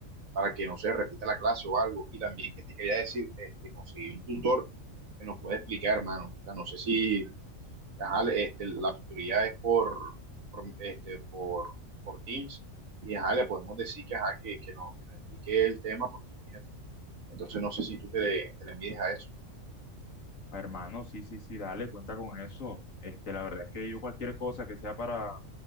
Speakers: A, on the right (about 75°); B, on the left (about 70°).
A: para que no se repita la clase o algo. Y también que te quería decir, este, conseguir un tutor que nos pueda explicar, hermano. O sea, no sé si ajá, este, la tutoría es por, por, este, por, por Teams y ajá, le podemos decir que, ajá, que, que, nos, que nos explique el tema, porque imagínate. Entonces, no sé si tú te, le, te le mides a eso.
B: Hermano, sí, sí, sí, dale, cuenta con eso. Este, la verdad es que yo cualquier cosa que sea para